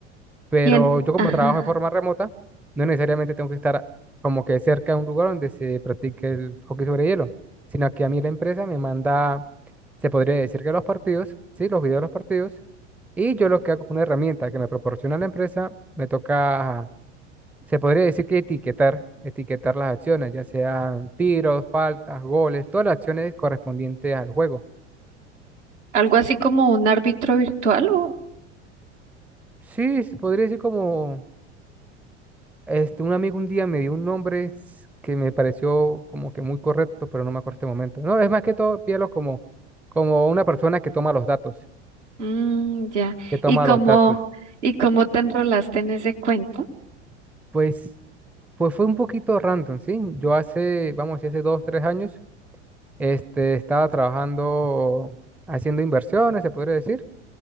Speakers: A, in the centre; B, on the right.
A: pero
B: Bien,
A: yo como
B: ajá.
A: trabajo de forma remota, no necesariamente tengo que estar como que cerca de un lugar donde se practique el hockey sobre hielo, sino que a mí la empresa me manda, se podría decir que los partidos, sí, los videos de los partidos, y yo lo que hago con una herramienta que me proporciona la empresa, me toca, se podría decir que etiquetar, etiquetar las acciones, ya sean tiros, faltas, goles, todas las acciones correspondientes al juego.
B: Algo así como un árbitro virtual o...
A: Sí, se podría decir como Este, un amigo un día me dio un nombre s- que me pareció como que muy correcto, pero no me acuerdo este momento. No, es más que todo, pídelo como, como una persona que toma los datos,
B: Mm, ya.
A: que toma
B: ¿Y cómo,
A: los datos.
B: y cómo te enrolaste en ese cuento?
A: Pues fue, fue un poquito random, ¿sí? Yo hace, vamos, a decir, hace dos, tres años, este, estaba trabajando, haciendo inversiones, se podría decir,